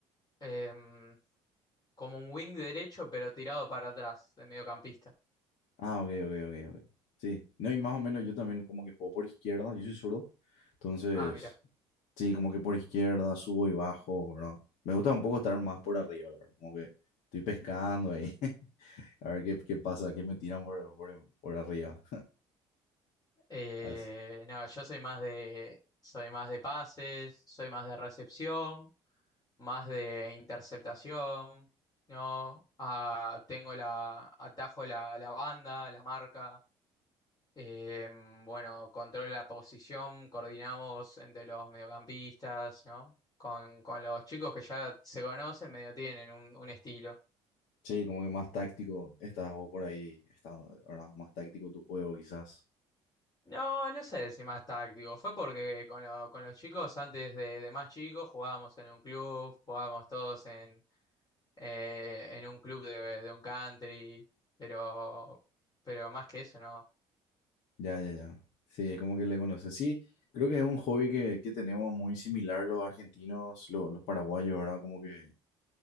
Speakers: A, on the left (about 30°); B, on the left (about 75°).
A: em, como un wing derecho pero tirado para atrás de mediocampista.
B: Ah, ok, ok, ok, ok. Sí, no, y más o menos yo también como que juego por izquierda, yo soy zurdo. Entonces,
A: Ah, mira.
B: sí, como que por izquierda subo y bajo, ¿verdad? Me gusta un poco estar más por arriba, la ¿verdad? Como que estoy pescando ahí, <laughs> a ver qué, qué pasa, qué me tiran por, por, por arriba.
A: Eh,
B: <laughs>
A: no, yo soy más de, soy más de pases, soy más de recepción, más de interceptación, ¿no? Ah, tengo la, atajo la, la banda, la marca. eh, bueno, controlo la posición, coordinamos entre los mediocampistas, ¿no? Con, con los chicos que ya se conocen, medio tienen un, un estilo.
B: Sí, como que más táctico estás o por ahí, está, ¿verdad? Más táctico tu juego quizás.
A: No, no sé si más táctico. Fue porque con, lo- con los chicos, antes de, de más chicos, jugábamos en un club, jugábamos todos en, eh, en un club de, de un country, pero, pero más que eso, no.
B: Ya, ya, ya. Sí, es como que le conoces. Sí, creo que es un hobby que, que tenemos muy similar los argentinos, lo- los paraguayos, ¿verdad? Como que,